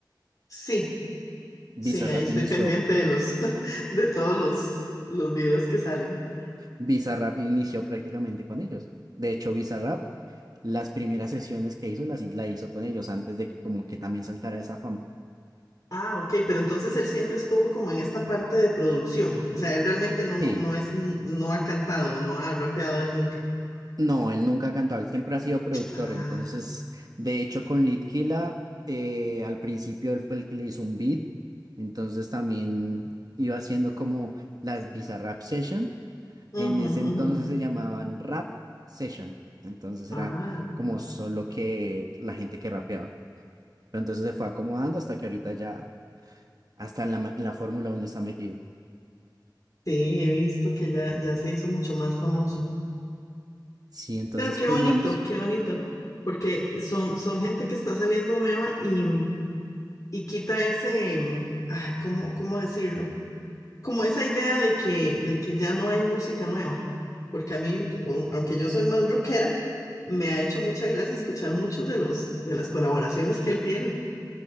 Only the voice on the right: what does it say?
Bizarrap
inició,
Bizarrap inició prácticamente con ellos. De hecho, Bizarrap, las primeras sesiones que hizo, las la hizo con ellos antes de que como que también saltara esa fama.
Sí,
No, él nunca ha cantado, él siempre ha sido productor.
Entonces, de hecho, con Litkila, eh, al principio él fue el que le hizo un beat. Entonces, también iba haciendo como las Bizarrap Session.
En ese entonces
se llamaban Rap Session. Entonces,
era como solo que la gente que rapeaba. Pero entonces se fue acomodando hasta que ahorita ya, hasta en la, ma- en la Fórmula uno está metido.
Sí, entonces,
pues
digamos.